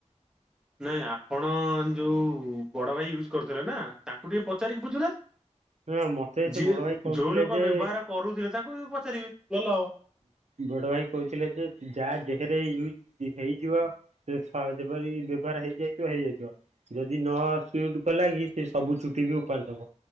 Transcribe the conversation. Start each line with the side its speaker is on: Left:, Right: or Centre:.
Centre: ନାଇଁ ଆପଣ ଯୋଉ ବଡ ଭାଇ ୟୁଜ କରୁଥିଲେ ନା ତାଙ୍କୁ ଟିକେ ପଚାରିକି ବୁଝୁନାହାନ୍ତି।
Right: ହଁ ମତେ ସେ
Centre: ଯିଏ
Right: ବଡ ଭାଇ କହୁଥିଲେ
Centre: ଯୋଉ ଲୋକ
Right: ଯେ
Centre: ବ୍ୟବହାର କରୁଥିଲେ ତାଙ୍କୁ ବି ପଚାରିବେ। ଭଲ ହବ
Right: ବଡ ଭାଇ କହୁଥିଲେ ଯେ ଯାହା ଦେହେରେ ୟୁଜ ହେଇଯିବ ସେ ସହଜ ବାରି ବ୍ୟବାର ହେଇଯାଇଥିବ ହେଇଯାଇଥିବ। ଯଦି ନ ସୁଟ କଲା ୟେ ସେ ସବୁ ଚୁଟି କି ଉପାଡି ଦବ।